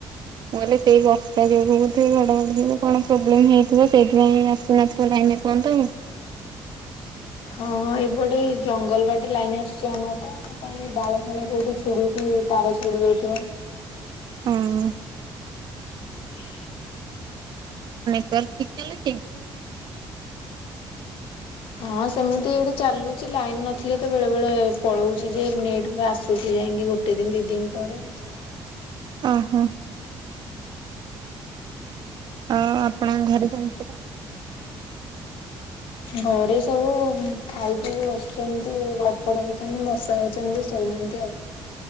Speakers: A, on the right; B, on the left.
A: ମୁଁ କହିଲି ସେଇ ବର୍ଷା ଯୋଗୁ ବୋଧେ ଘଡଘଡି କି କଣ ପ୍ରୋବ୍ଲେମ ହେଇଥିବ, ସେଇଥିପାଇଁ ଆସୁନଥିବ ଲାଇ ଏନେ କୁହନ୍ତୁ?
B: ହଁ ଏ ବଟେ ଜଙ୍ଗଲ ବାଟେ ଲାଇନ ଆସିଛି ଆମର ତ। କାଳେ ଡାଳଫାଳ କୋଉଠି ଛିଡି କି ତାର ଛିଡି ଯାଇଥିବ।
A: ହୁଁ ଉଁ।
B: ହଁ। <inaudible>
A: ସାର୍ ଠିକ ଚାଲିଛି?
B: ହଁ ସେମିତି ଏଠି ଚାଲୁଚି, ଲାଇନ ନଥିଲେ ତ ବେଳେ ବେଳେ ପଳଉଚି ଯେ ନେଟ ପୁରା ଆସୁଚି ଯାଇକି ଗୋଟେ ଦିନ ଦି ଦିନ ପରେ
A: ଓ ହୋ। ହଁ ଆପଣଙ୍କ ଘରେ ସମସ୍ତେ କଣ <inaudible>
B: ଘରେ ସବୁ ଖାଇ ପିଇକି ବସିଛନ୍ତି। ଗଡପଡ ହଉଛନ୍ତି ମଶା ହଉଛନ୍ତି। ଏମତି ଆଉ।